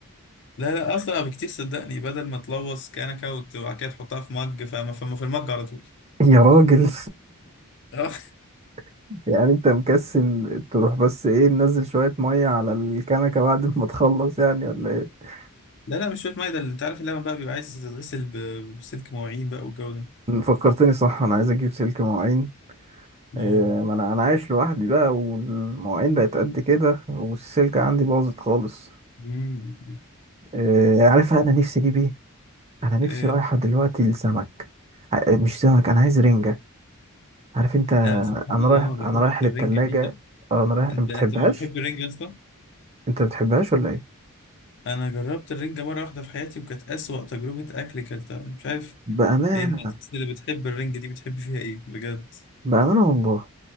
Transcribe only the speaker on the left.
لا لا اسرع بكتير صدقني بدل ما تلوث كنكه وت- وبعد كده تحطها في مج فما فما في المج على طول
اه
<laughs> لا لا مش شويه ميه ده اللي انت عارف اللبن بقى بيبقى عايز تتغسل ب- بسلك مواعين بقى والجو ده
مم.
مم.
إيه.
آه سبحان
الله
ما بحبش
الرنجة دي ده.
انت
انت من محب الرنجة يا اسطى
انا جربت الرنجة مرة واحدة في حياتي وكانت اسوأ تجربة اكل كانت مش عارف
إيه الناس اللي بتحب الرنج دي بتحب فيها ايه بجد